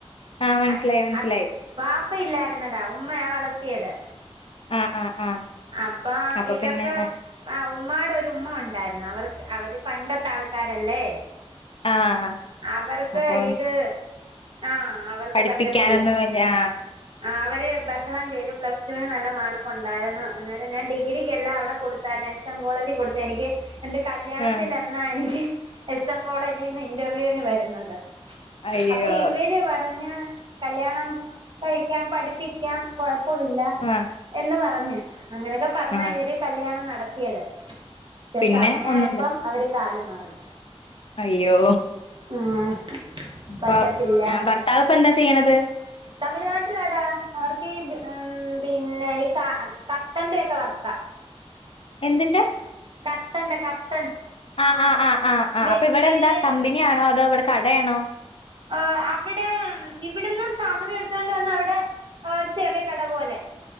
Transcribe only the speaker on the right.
അട്ട്
അട്ട് വാപ്പ ഇല്ലാരുന്നെടാ ഉമ്മയാ വളർത്തിയത്
അപ്പാ
ഇവർക്ക്
ആഹ് ഉമ്മാടൊരുമ്മ ഒണ്ടായിരുന്ന് അവർക്ക് അവര് പണ്ടത്താൾക്കാരല്ലേ
അവർക്ക്
ഇത് ആഹ് അവർക്ക്
പറ്റത്തില്ല ആഹ് അവര് ബഹളം ചെയ്തു പ്ലസ് ടു ന് നല്ല മാർക്ക് ഒണ്ടായിരുന്നു അന്നേരം ഞാൻ ഡിഗ്രിക്കെല്ലാം അവടെ കൊടുത്തായിരുന്നു എസ് എം കോളേജീ കൊടുത്ത് എനിക്ക് എന്റെ കല്യാണത്തിന്റന്നാ
എനിക്ക് എസ് എം കോളേജീന്ന് ഇന്റർവ്യൂവിന് വരുന്നത്
അപ്പ ഇവര് പർ റഞ്ഞ് കല്യാണം കഴിക്കാം പഠിപ്പിക്ക്യാം കൊഴപ്പവില്ല
എന്ന് പറഞ്ഞ് അങ്ങനൊക്കെ പറഞ്ഞാ
ഇവര് കല്യാണം നടത്തിയത് പക്ഷേ
സമയായപ്പം
അവര് കാല് മാറി
ഉം
പറ്റത്തില്ല
തമിഴ്നാട്ടിലാടാ അവർക്കീ ബ് ഉം പിന്നെ ഈ ക കർട്ടന്റെയൊക്കെ വർക്കാ
കർട്ടന്റെ കർട്ടൻ
വെ
വെല്ല്
ഓ അവിടേം ഉം ഇവിടുന്ന് സാധനം എടുത്തോണ്ട് വന്നവിടെ ഒരു ചെറിയ കട പോലെ